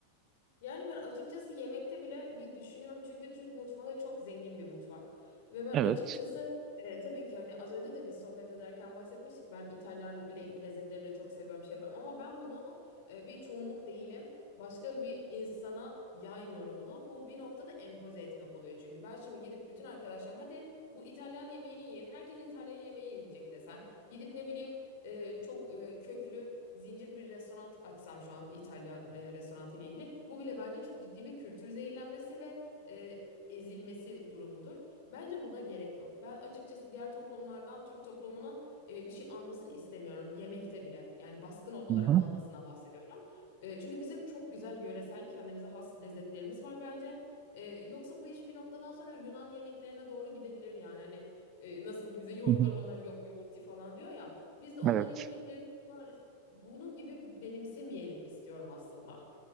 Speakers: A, on the left; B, on the right.
A: Yani ben açıkçası yemekte bile bir düşünüyorum çünkü Türk mutfağı çok zengin bir mutfak. Ve ben
B: Evet.
A: açıkçası e, tabii ki hani az önce de bir sohbet ederken bahsetmiştik. Ben İtalyan le- lezzetlerini de çok seviyorum şey yapıyorum. Ama ben bunu e, bir çoğunluk değilim. Başka bir insana yaymıyorum bunu. Bu bir noktada empoze etmek oluyor çünkü. Ben şimdi gidip bütün arkadaşlarım hadi bu İtalyan yemeğini yiyin. Herkes İtalyan yemeği yiyecek desem. Gidip ne bileyim e, çok e, köklü zincir bir restoran açsam şu an İtalyan e, restoranı ile ilgili bu bile bence çok ciddi bir kültür zehirlenmesi ve e, ezilmesi durumudur. Bence buna gerek yok. Ben açıkçası diğer toplumlardan Türk toplumunun e, bir şey almasını istemiyorum yemekte bile. Yani baskın olarak
B: Hı hı.
A: almasından bahsediyorum. E, çünkü bizim çok güzel yöresel kendimize has lezzetlerimiz var bence. E, yoksa bu iş bir noktadan sonra Yunan yemeklerine doğru gidebilir yani. Hani e, nasıl ki bize yoğurt
B: Hı hı.
A: var onlar yok yoğurti falan diyor ya. Biz de onların
B: Evet.
A: yemeklerini bunlar bunun gibi benimsemeyelim istiyorum aslında.